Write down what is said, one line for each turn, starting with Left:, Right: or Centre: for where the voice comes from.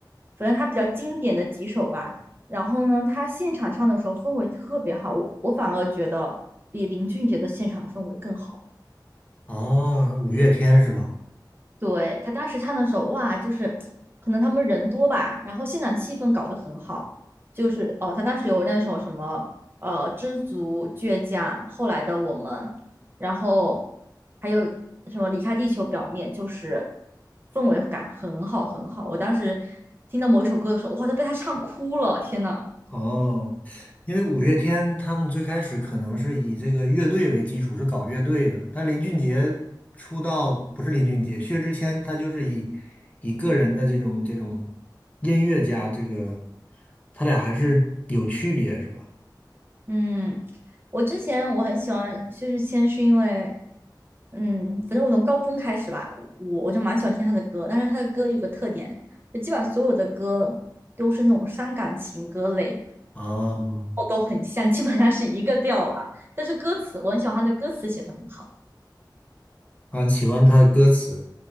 Right: 反正他比较经典的几首吧。然后呢，他现场唱的时候氛围特别好，我我反而觉得比林俊杰的现场氛围更好。
Left: 哦，五月天是吧？
Right: 对，他当时唱的时候，哇，就是可能他们人多吧，然后现场气氛搞得很好，就是哦，他当时有那首什么呃《知足倔强》，后来的我们，然后还有什么离开地球表面，就是氛围感很好很好。我当时听到某一首歌的时候，哇，都被他唱哭了，天呐！
Left: 哦，因为五月天他们最开始可能是以这个乐队为基础，是搞乐队的。但林俊杰出道不是林俊杰，薛之谦他就是以以个人的这种这种音乐家，这个他俩还是有区别，是吧？
Right: 嗯，我之前我很喜欢薛之谦，是因为，嗯，反正我从高中开始吧，我我就蛮喜欢听他的歌，但是他的歌有个特点，就基本上所有的歌都是那种伤感情歌类，
Left: 哦，
Right: 哦，都很像，基本上是一个调啦。但是歌词，我很喜欢他的歌词写的很好。
Left: 啊，喜欢他的歌词，